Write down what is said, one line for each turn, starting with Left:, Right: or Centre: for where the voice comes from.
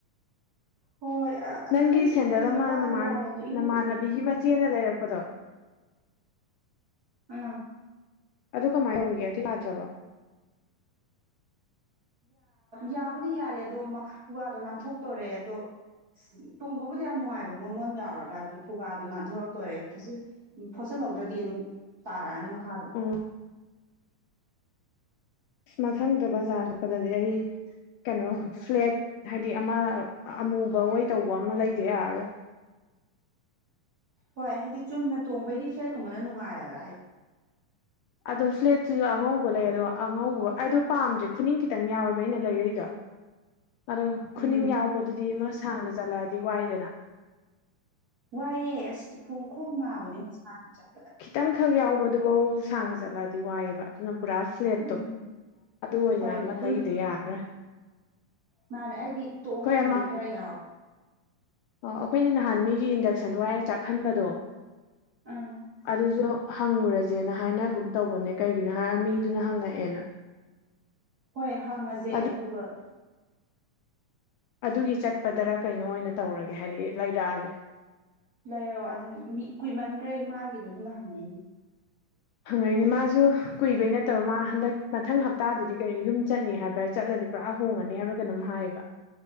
Right: ꯍꯣꯏ ꯍꯣꯏ ꯑꯁ
Left: ꯅꯪꯒꯤ
Right: ꯈꯪꯗꯦ
Left: ꯁꯦꯟꯗꯜ
Right: ꯑꯩꯁꯦ
Left: ꯑꯃ
Right: ꯋꯥꯁꯨ
Left: ꯅꯥꯟ
Right: ꯋꯥꯔꯦ ꯑꯗꯣ ꯏꯔꯨ
Left: ꯅꯃꯥꯟꯅꯕꯤꯒꯤ ꯃꯆꯦꯅ ꯂꯩꯔꯛꯄꯗꯣ
Right: ꯎꯝ
Left: ꯑꯗꯨ ꯀꯃꯥꯏꯅ ꯑꯣꯏꯔꯤꯒꯦ ꯑꯗꯨ ꯌꯥꯗ꯭ꯔꯕ
Right: ꯌꯥꯕꯨꯗꯤ ꯌꯥꯔꯤ ꯑꯗꯣꯥ ꯈꯨꯒꯥꯗꯣ ꯅꯥꯟꯊꯣꯛꯇꯣꯔꯦ ꯑꯗꯣ ꯇꯣꯡꯕꯕꯨꯗꯤ ꯌꯥꯝ ꯅꯨꯡꯉꯥꯏꯕ ꯃꯣꯟ ꯃꯣꯟ ꯂꯥꯎꯔꯒ ꯑꯗꯨ ꯈꯨꯒꯥꯗꯨ ꯅꯥꯟꯊꯣꯔꯛꯇꯣꯔꯦ ꯐꯖꯤ ꯎ ꯐꯣꯠꯆꯤꯜꯍꯧꯗ꯭ꯔꯗꯤ ꯑꯗꯨꯝ ꯇꯥꯔꯛꯑꯅꯤ ꯃꯈꯥꯗꯣ
Left: ꯎꯝ ꯃꯊꯪꯗꯥ ꯕꯖꯥꯔ ꯆꯠꯄꯥꯗꯥꯗꯤ ꯑꯩ ꯀꯩꯅꯣ ꯐ꯭ꯂꯦꯠ ꯍꯥꯏꯗꯤ ꯑꯃꯥ ꯑꯃꯨꯕ ꯑꯣꯏ ꯇꯧꯕ ꯑꯃ ꯂꯩꯗꯥ ꯌꯥꯔꯥꯔꯣꯏ
Right: ꯍꯣꯏ ꯍꯥꯏꯗꯤ ꯆꯨꯝꯅ ꯇꯣꯡꯕꯩꯗꯤ ꯐꯂꯦꯠꯀꯨꯝꯕꯥꯅ ꯅꯨꯡꯉꯥꯏꯌꯦꯕꯥ
Left: ꯑꯗꯣ ꯐ꯭ꯂꯦꯠꯁꯤꯁꯨ ꯑꯉꯧꯕ ꯂꯩ ꯑꯗꯣ ꯑꯉꯧꯕ ꯑꯩꯗꯣ ꯄꯥꯝꯗ꯭ꯔꯦ ꯈꯨꯅꯤꯡ ꯈꯤꯇꯪ ꯌꯥꯎꯋꯦꯕ ꯑꯩꯅ ꯂꯩꯔꯛꯏꯗꯣ ꯑꯗꯣ ꯈꯨꯅꯤꯡ
Right: ꯎꯝ
Left: ꯌꯥꯎꯕꯗꯨꯗꯤ ꯑꯃꯥ ꯁꯥꯡꯅ ꯆꯠꯂꯛꯑꯥꯗꯤ ꯋꯥꯏꯗꯥꯅ
Right: ꯋꯥꯏꯑꯦ ꯑꯁ ꯈꯣꯡ ꯈꯣꯡ ꯅꯥꯕꯅꯦ ꯁꯥꯡꯅ ꯆꯠꯄꯥꯗ
Left: ꯈꯤꯇꯪ ꯈꯛ ꯌꯥꯎꯕꯗꯨ ꯕꯧ ꯁꯥꯡꯅ ꯆꯠꯂꯛꯑꯗꯤ ꯋꯥꯏꯌꯦꯕꯥ ꯑꯗꯨꯅ ꯄꯨꯔꯥ ꯐ꯭ꯂꯦꯠꯇꯣ
Right: ꯎꯝ
Left: ꯑꯗꯨ ꯑꯣꯏꯅ
Right: ꯍꯣꯏ
Left: ꯑꯃꯥ
Right: ꯄꯨꯟ
Left: ꯂꯩꯗꯥ ꯌꯥꯔꯔꯣꯏ
Right: ꯃꯥꯅꯦ ꯑꯩꯗꯤ ꯇꯣꯡ
Left: ꯑꯩꯈꯣꯏ
Right: ꯉꯝꯗꯦ ꯈꯔꯥ ꯌꯥꯎ
Left: ꯑꯣ ꯑꯈꯣꯏꯅ ꯅꯍꯥꯟ ꯃꯤꯒꯤ ꯏꯟꯗꯛꯁꯟ ꯋꯥꯏꯔꯥ ꯆꯥꯛꯍꯟꯕꯗꯣ
Right: ꯑꯥ
Left: ꯑꯗꯨꯁꯨ ꯍꯪꯉꯨꯔꯥꯖꯦꯅꯥ ꯍꯥꯏꯅꯒꯨꯝ ꯇꯧꯕꯅꯦ ꯀꯩꯒꯤꯅꯣ ꯍꯥꯏꯔꯥ ꯃꯤꯗꯨꯅ ꯍꯪꯉꯛꯑꯦꯅꯥ
Right: ꯍꯣꯏ ꯍꯪꯉꯥꯖꯦ
Left: ꯑꯗꯨ
Right: ꯑꯗꯨꯒꯥ
Left: ꯑꯗꯨꯒꯤ ꯆꯠꯄꯗꯥꯔꯥ ꯀꯩꯅꯣ ꯑꯣꯏꯅ ꯇꯧꯔꯒꯦ ꯍꯥꯏꯗꯤ ꯂꯩꯔꯛꯑꯥꯒꯦ
Right: ꯂꯩꯔꯛꯑꯣ ꯑꯗꯨꯅꯦ ꯃꯤ ꯀꯨꯏꯃꯟꯒꯥꯔꯦ ꯃꯥꯒꯤꯗꯣ ꯑꯗꯨꯅ ꯍꯪꯉꯛꯏꯅꯦ
Left: ꯍꯪꯉꯛꯏꯅꯦ ꯃꯥꯁꯨ ꯀꯨꯏꯕꯩ ꯅꯠꯇꯥꯕ ꯃꯥ ꯍꯟꯗꯛ ꯃꯊꯪ ꯍꯞꯇꯥꯗꯥꯗꯤ ꯀꯔꯤ ꯌꯨꯝ ꯆꯠꯅꯤ ꯍꯥꯏꯕ꯭ꯔꯥ ꯆꯠꯂꯥꯅꯤ ꯄꯨꯔꯥ ꯍꯣꯡꯉꯥꯅꯤ ꯍꯥꯏꯕꯔꯥ ꯀꯩꯅꯣꯝ ꯍꯥꯏ